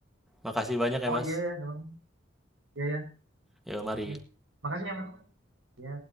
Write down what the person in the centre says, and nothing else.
Makasih banyak ya
Mas.
Yo, mari.